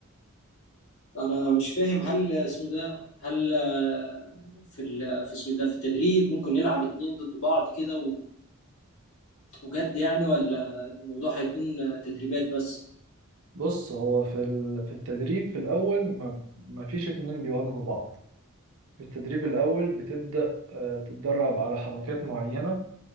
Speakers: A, on the left; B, on the right.
A: انا مش فاهم هل اسمه ده هل آه، في ال- في اسمه ده في التدريب ممكن نلعب اتنين ضد بعض كده بجد يعني ولا الموضوع هيكون تدريبات بس
B: بص هو في ال... في التدريب في الأول ما... ما فيش اتنين بيواجهوا بعض في التدريب الأول بتبدأ آه، تتدرب على حركات معينة